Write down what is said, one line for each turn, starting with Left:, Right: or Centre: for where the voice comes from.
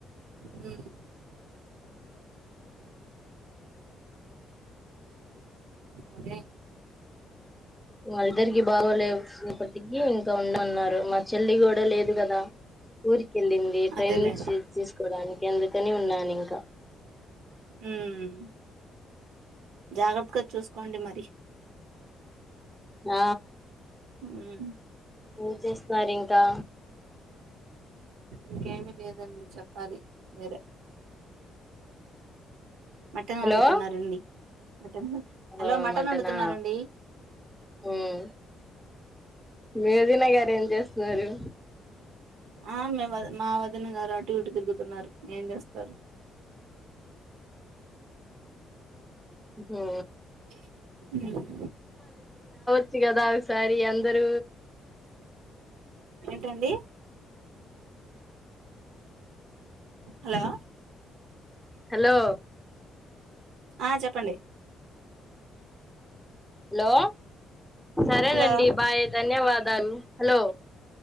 Right: హ్మ్ సరే
Centre: ఓ అల్దరికి బాగోలేదు లేప్పటికి ఆ ఉండమన్నారు మా చెల్లి కూడా లేదు కదా ఊరికి వెళ్ళింది ట్రైనింగ్
Right: అదేలే
Centre: తీసుకోవడానికి అందుకని ఉన్నాను ఇంకా
Right: హ్మ్ జాగ్రత్తగా చూసుకోండి మరి
Centre: ఆ
Right: ఉమ్
Centre: ఏం చేస్తున్నారింకా
Right: ఇంకేమి లేదండి చెప్పాలి, మీరే మటను
Centre: హలో
Right: వండుతున్నారండి మటన్ మటన్ హలో
Centre: ఓ
Right: మటన్
Centre: మటనా
Right: వండుతున్నారండి
Centre: ఉమ్ మీ వదినగారు ఎం చేస్తున్నారు
Right: ఆ మీవ మా వదిన గారు అటు ఇటు తిరుగుతున్నారు ఏం చేస్తారు
Centre: ఉహూ
Right: ఉహూ
Centre: <unintelligible> వావ్ సారి అందరూ
Right: ఏండీ హలో
Centre: హలో
Right: ఆ చెప్పండి
Centre: హలో సరేనండి
Right: హలో
Centre: బాయ్ ధన్యవాదాలు హలో